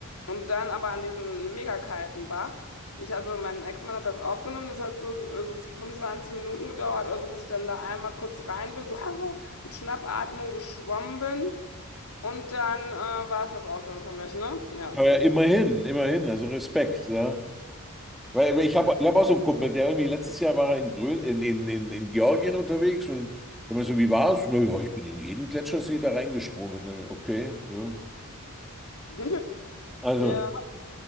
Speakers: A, on the left; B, in the centre.
A: Und dann aber an diesen mega kalten Bach. Ich, also mein Ex-Mann hat das aufgenommen, das hat so, äh, so 25 Minuten gedauert oder so, bis ich dann da einmal kurz rein bin, so <laughs> mit Schnappatmung geschwommen bin. Und dann äh, war es das auch schon für mich, ne? Ja.
B: aber immerhin, immerhin, also Respekt, ja. Weil weil ich habe ich hab auch so einen Kumpel, der irgendwie letztes Jahr war er in, Grön, in, in, in, in Georgien unterwegs und da meinte so, wie war's? Na ja, ich bin in jeden Gletschersee da reingesprungen. Okay. Ja.
A: <laughs>
B: Also
A: Ja,